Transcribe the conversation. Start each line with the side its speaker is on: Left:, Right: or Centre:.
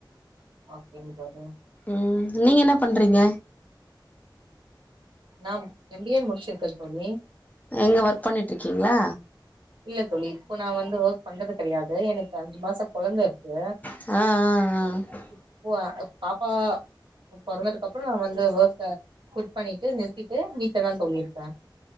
Right: ஓகேங்க தோழி
Left: ம் நீங்க என்ன பண்றீங்க
Right: நாம் எம் பி ஏ முட்ச்சிருக்க தோழி
Left: எங்க ஒர்க் பண்ணிட்ருக்கீங்ளா
Right: இல்ல தோழி இப்ப நா வந்து ஓக் பண்றது கெடையாது எனக்கு அஞ்சு மாச கொழந்த இருக்கு
Left: அ அ அ
Right: இப்போ அ பாப்பா பொறந்ததுக்கப்றோ நா வந்து வோக்க க்வுட் பண்ணிட்டு நிறுத்திட்டு வீட்ல தா தோழி இருக்க